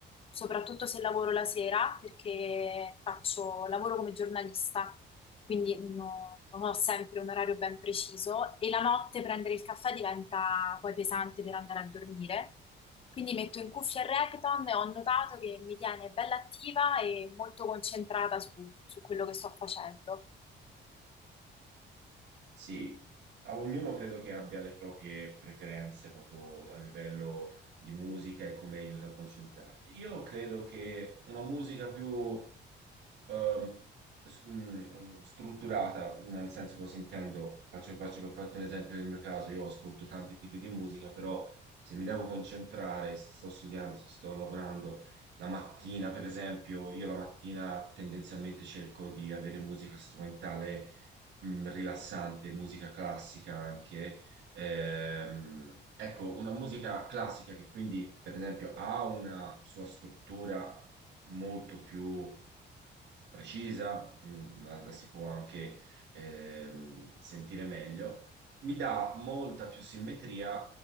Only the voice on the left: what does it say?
soprattutto se lavoro la sera, perché faccio, lavoro come giornalista, quindi no- non ho sempre un orario ben preciso e la notte prendere il caffè diventa poi pesante per andare a dormire. Quindi metto in cuffia il reggaeton e ho notato che mi tiene bella attiva e molto concentrata su, su quello che sto facendo.